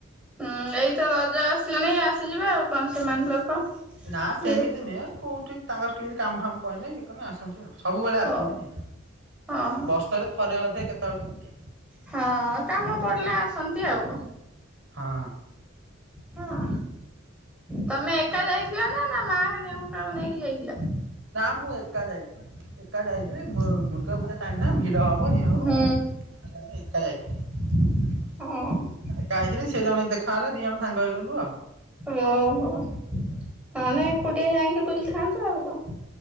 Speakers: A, in the centre; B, on the right.
A: ହୁଁ ଏଇ ତ ରଜ ଆସିଲାଣି ଆସିଯିବେ ଆଉ କଣ ସେମାନେ ଲୋକ।
B: ନା ସେମିତି
A: ଇଏ
B: ନିଏ କୋଉଠି ତାଙ୍କର କେମିତି କାମ ଫାମ ପଇନେ ଇଏକନେ ଆସନ୍ତି। ସବୁବେଳେ ଆସନ୍ତିନି
A: ଓ ଓହୋ
B: ବର୍ଷରେ ଥରେ ଅଧେ କେତଳେ କେମିତି।
A: ହଁ କାମ ପଡିଲେ ଆସନ୍ତି ଆଉ।
B: ହଁ।
A: ହଁ। ତମେ ଏକା ଯାଇଥିଲ ନା ନା ମା ହେରିକା କୁ କାକୁ ନେଇକି ଯାଇଥିଲ?
B: ନାଁ ମୁ ଏକା ଯାଇଥିଲି ନା। ଏକା ଯାଇଥିଲି ପୁ ଦୁର୍ଗା ପୂଜା ଟାଇମ ନା ଭିଡ ହବ ଇଏ ହବ
A: ହୁଁ
B: ସେ ଏକା ଯାଇଥିଲି।
A: ହଁ
B: ଏକା ଆଇଥିଲି ସେ ଜଣେ ଦେଖାହେଲା ଦି ଜଣ ସାଙ୍ଗ ହେଇଗଲୁ ଆଉ।
A: ଓହୋ ମାନେ
B: ହଁ
A: ଏକୁଟିଆ ଯାଇକି ବୁଲିଥାନ୍ତେ ଆଉ କଣ।